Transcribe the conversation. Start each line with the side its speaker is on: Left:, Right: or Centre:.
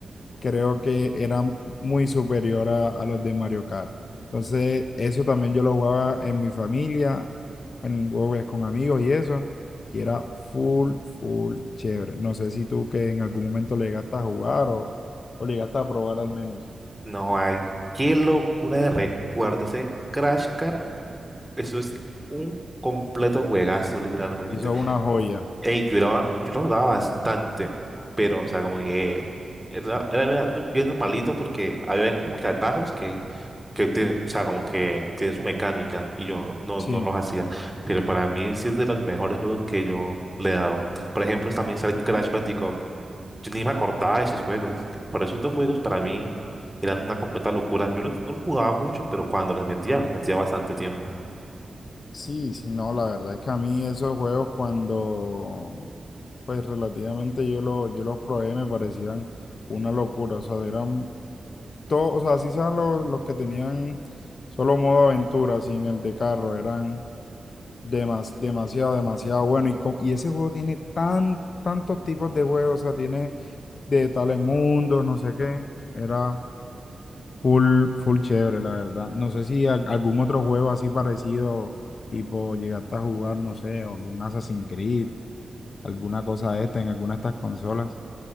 Left: creo que era muy superior a, a los de Mario Kart. Entonces, eso también yo lo jugaba en mi familia, en juegos con amigos y eso, y era full, full chévere. No sé si tú que en algún momento le llegaste a jugar o, o le llegaste a probar al menos.
Centre: No hay, qué locura de recuerdos ese Crash Kart. Eso es un completo juegazo, literalmente.
Left: Hizo una joya.
Centre: Ey, yo la, yo la jugaba bastante, pero, o sea, como que era, era bien no, bien normalito porque había como que atajos que, que te- o sea, como que tiene su mecánica y yo no,
Left: Sí,
Centre: no los hacía. Pero para mí sí es de los mejores juegos que yo le he dado. Por ejemplo, también está el Crash Bandicoot. Yo ni me acordaba de esos juegos. Pero esos dos juegos para mí eran una completa locura. Yo los- no los jugaba mucho, pero cuando les metía, les metía bastante tiempo.
Left: sí, sí, no, la verdad es que a mí esos juegos cuando, pues relativamente yo, lo, yo los probé me parecían una locura, o sea, eran todo, o sea, así eran los, los que tenían solo modo aventura, sin el de carro, eran demas, demasiado, demasiado bueno. Y, co- y ese juego tiene tan, tantos tipos de juegos, o sea, tiene de tales mundos, no sé qué, era full, full chévere, la verdad. No sé si a- algún otro juego así parecido, tipo, llegaste a jugar, no sé, algún Assassin's Creed, alguna cosa de esta en alguna de estas consolas.